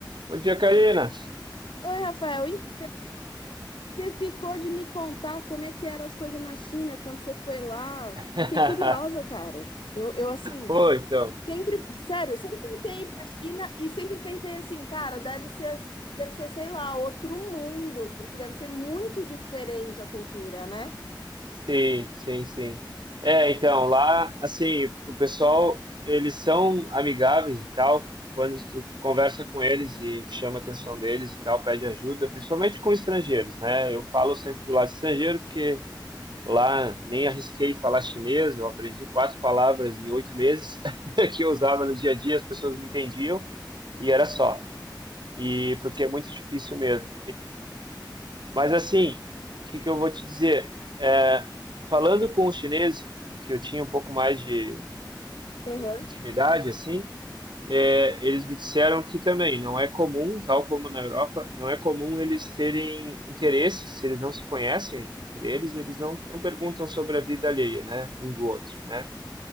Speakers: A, on the right; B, on the left.
A: Bom dia, Karina.
B: Oi, Rafael, e você ficou de me contar como é que eram as coisas na China quando você foi lá?
A: <laughs>
B: Fiquei curiosa, cara. Eu, eu assim,
A: Pô, então.
B: sempre, sério, sempre tentei ir pra China e sempre pensei assim, cara, deve ser, as- deve ser, sei lá, outro mundo, porque deve ser muito diferente a cultura, né?
A: Sim, sim, sim. É, então, lá, assim, o pessoal, eles são amigáveis e tal. Quando tu conversa com eles e chama a atenção deles e tal, pede ajuda, principalmente com estrangeiros, né? Eu falo sempre do lado estrangeiro, porque lá nem arrisquei falar chinês, eu aprendi quatro palavras em oito meses <laughs> que eu usava no dia a dia, as pessoas me entendiam e era só. E porque é muito difícil mesmo. Mas assim, o que que eu vou te dizer? É, falando com os chineses, que eu tinha um pouco mais de
B: Uhum.
A: intimidade, assim, é, eles me disseram que também não é comum, tal como na Europa, não é comum eles terem interesse, se eles não se conhecem entre eles, eles não, não perguntam sobre a vida alheia, né, um do outro, né?